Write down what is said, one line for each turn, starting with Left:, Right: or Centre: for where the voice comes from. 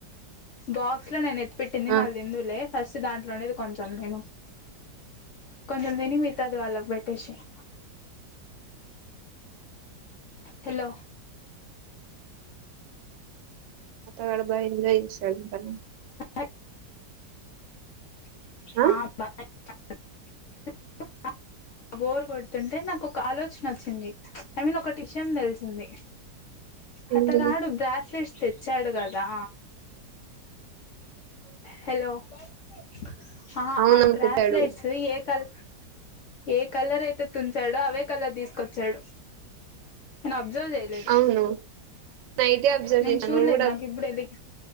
Left: బాక్స్ లో నేన్ ఎత్ పెట్టింది
Right: ఆ
Left: మళ్ళి ఎందుకు లే ఫస్ట్ దాంట్లో నే ఇది కొంచెం తిను కొంచెం తిని మిగతది వాలకు బెఠేషెయ్ హలో
Right: అతగడు బయిందీస్ టన్ టన్
Left: అయ్ <inaudible>
Right: ఆ
Left: బోరు కొడుతుంటే నాకు ఒక ఆలోచన వచ్చింది ఐ మీన్ ఒక టిషన్ తెలిసింది
Right: ఏంటిది
Left: అతగాడు బ్రాస్లెట్ తెస్తే ఇచ్చాడుకదా హలో <inaudible> ఆ
Right: అవును
Left: ఆ
Right: అమ్ముతాడు
Left: బ్రాస్లెట్స్ ఏ కల్ ఏ కలర్ అయితే తుంచాడో అవే కలర్ తీసుకొచ్చాడు అబ్జర్వ్ చేయలేదు
Right: అవును నైటే అబ్జర్వ్
Left: నేను
Right: చేశాను
Left: చూడలేదు
Right: నువ్వు కూడా
Left: నాకు ఇప్పుడు వెళ్ళి